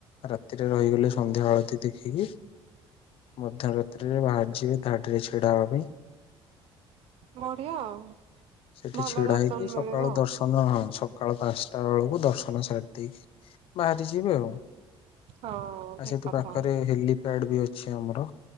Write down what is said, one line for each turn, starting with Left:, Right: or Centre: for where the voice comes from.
Left: ରାତିରେ ରହିଗଲେ ସନ୍ଧ୍ୟା ଆଳତି ଦେଖିକି ମଧ୍ୟ ରାତ୍ରିରେ ବାହାରି ଯିବେ ଧାଡିରେ ଛିଡା ହେବା ପାଇଁ।
Right: ବଢିଆ ଆଉ।
Left: ସେଠି
Right: ଭଲ
Left: ଛିଡା
Right: ଦର୍ଶନ
Left: ହେଇକି ସକାଳୁ
Right: ମିଳିବ
Left: ଦର୍ଶନ ହଁ ସ ସକାଳ ପାଞ୍ଚଟା ବେଳକୁ ଦର୍ଶନ ସାରି ଦେଇକି ବାହାରି ଯିବେ ଆଉ।
Right: ଆଉ ହଁ
Left: ଆ
Right: ଠିକ
Left: ସେଥି
Right: କଥା।
Left: ପାଖରେ ହେଲିପ୍ୟାଡ଼ ବି ଅଛି ଆମର।